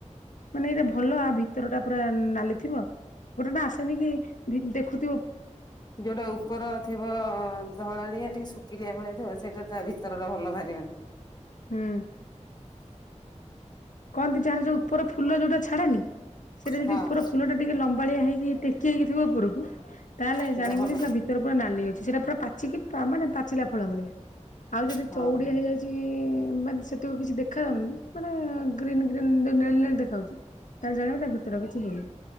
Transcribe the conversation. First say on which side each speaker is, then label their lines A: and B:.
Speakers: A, on the left; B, on the left.
A: ମାନେ ଏଇଟା ଭଲ ୟା ଭିତର ଟା ପୁରା ନାଲି ଥିବ ଗୋଟେ ଗୋଟେ ଆସେନି କି ଦେଖୁ
B: ଯୋଉଟା ଉପର ଥିବ ଧଳାଳିଆ ଟିକେ ଶୁଖିଲିଆ ଭଳିଆ ଥିବ ସେଇଟା ତା ଭିତରର ଭଲ ବାହାରିବନି।
A: ହୁଁ। <inaudible> କହନ୍ତି ଯାହାର ଯୋଉ ଉପର ଫୁଲ ଯୋଉଟା ଛାଡେନି ସେଇଟା
B: ହଁ
A: ଯଦି ଉପର ଫୁଲଟା ଟିକେ ଲମ୍ବାଳିଆ ହେଇକି ଟେକି ହେଇକିଥିବ ଉପରକୁ ତାହେଲେ
B: ସେଇଟା
A: ଜାଣିବୁ
B: ଭଲ
A: ଯେ ସେ ଭିତରେ ପୁର ନାଲି ଅଛି ସେଟା ପୁରା କି ମାନେ ପାଚିଲା ଫଳ ଭଳିଆ। ଆଉ ଯଦି
B: ହଁ
A: ଚଉଡିଆ
B: ହଁ
A: ହେଇଯାଇଚି ମାନେ ସେଥିକ କିଛି ଦେଖାଯାଉନି ମାନେ ଗ୍ରୀନ୍ ଗ୍ରୀନ୍ ଯୋଉ ନେଲେ ଦେଖାଉଛି ତାହେଲେ ଜାଣିବା ତା ଭିତରେ କିଛି ହେଇନି,